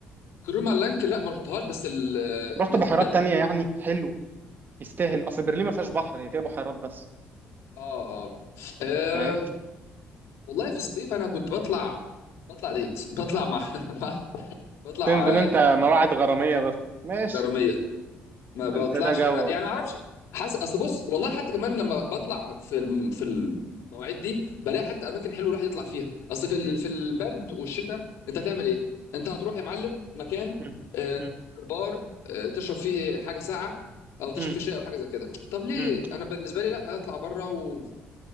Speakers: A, on the left (about 80°); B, on the right (about 45°).
A: كروما لانك لا ما رحتهاش بس ال
B: رحت بحيرات
A: ده مش-
B: تانية يعني حلو يستاهل اصل برلين ما فيهاش بحر هي فيها بحيرات بس
A: اه اه آه،
B: فاهم
A: والله في الصيف انا كنت بطلع بطلع ديت بطلع مع <laughs> مع- بطلع
B: تنزل
A: آه،
B: انت مواعد غراميه بس ماشي
A: غراميه ما بطلعش
B: انت ده جوك
A: انا يعني ما اعرفش حاسس اصل بص والله حتى كمان لما بطلع في الم... في المواعيد دي بلاقي حتى اماكن حلوه الواحد يطلع فيها اصل في ال...
B: مم.
A: في البرد والشتاء انت هتعمل ايه انت هتروح يا معلم مكان
B: مم.
A: آه،
B: مم.
A: بار آه، تشرب فيه حاجه ساقعه او تشرب
B: مم.
A: فيه شاي او حاجه زي كده طب ليه
B: مم.
A: انا بالنسبه لي لا اطلع بره و...